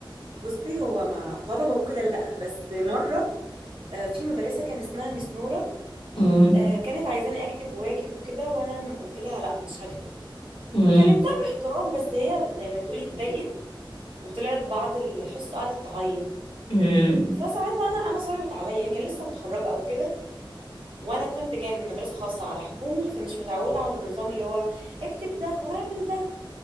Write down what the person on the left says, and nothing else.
امم
مم.
مم.